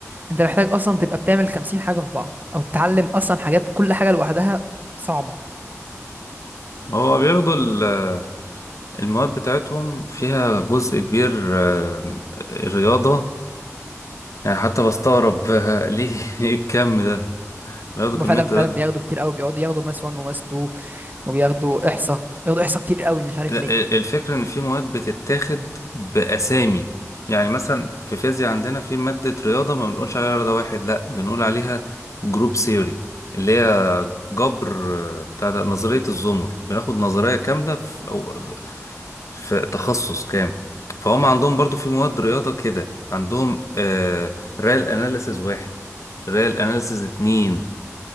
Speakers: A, on the right; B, on the left.
A: انت محتاج اصلا تبقى بتعمل 50 حاجه في بعض او تتعلم اصلا حاجات كل حاجه لوحدها صعبه
B: هو بياخدوا ال- المواد بتاعتهم فيها جزء كبير آه، رياضة يعني حتى بستغرب آه، ليه <laughs> إيه الكم ده بياخدوا
A: هما
B: كمية
A: فعلا فعلا
B: رياضة
A: بياخدوا كتير قوي بيقعدوا ياخدوا ماس 1 وماس 2 وبياخدوا احصاء بياخدوا احصاء كتير قوي مش عارف
B: لا،
A: ليه
B: ال- الفكرة إن في مواد بتتاخد بأسامي يعني مثلا في فيزياء عندنا في مادة رياضة ما بنقولش عليها رياضة واحد لأ بنقول عليها جروب سيوري اللي هي جبر آه، بتاع ده نظرية الزمر بناخد نظرية كاملة في, أو في في تخصص كام فهم عندهم برضو في مواد رياضة كده عندهم آه ريال أناليسز واحد ريال أناليسز اتنين